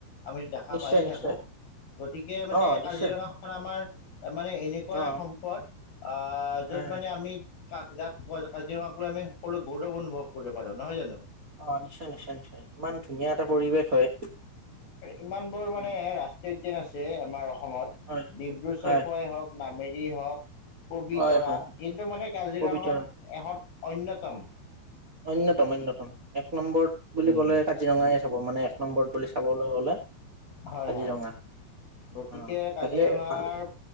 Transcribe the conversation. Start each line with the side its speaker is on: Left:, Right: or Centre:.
Left: আমিত দেখা
Right: নিশ্চয়
Left: পায়ে থাকো
Right: নিশ্চয়
Left: গতিকে মানে
Right: অ
Left: কাজিৰঙাখন
Right: নিশ্চয়
Left: আমাৰ। তাৰ মানে এনেকুৱা
Right: অ
Left: সম্পদ
Right: হয়
Left: য'ত
Right: হয়
Left: মানে আমি কাক জাক কাজিৰঙা আমি সকলো গৌৰৱ অনুভৱ কৰিব পাৰো নহয় জানো।
Right: অ নিশ্চয় নিশ্চয় নিশ্চয় ইমান ধুনীয়া এটা পৰিৱেশ হয়।
Left: ইমান বোৰ মানে
Right: অ
Left: ৰাষ্ট্ৰীয় উদ্যান আছে আমাৰ অসমত
Right: হয়
Left: ডিব্ৰু চৈখুৱাই
Right: হয়
Left: হওক, নামেৰি হওক, কবি
Right: হয়
Left: তৰা
Right: হয়
Left: কিন্তু মানে কাজিৰঙাখন
Right: পবিতৰা
Left: এখন অন্যতম।
Right: অন্যতম অন্যতম এক নম্বৰ বুলি
Left: উম,
Right: ক'লে কাজিৰঙাই চাব মানে এক নম্বৰ বুলি চাব। হ'লে
Left: হয়
Right: কাজিৰঙা
Left: হয়। গতিকে
Right: অ
Left: কাজিৰঙাৰ
Right: তাকে ভাল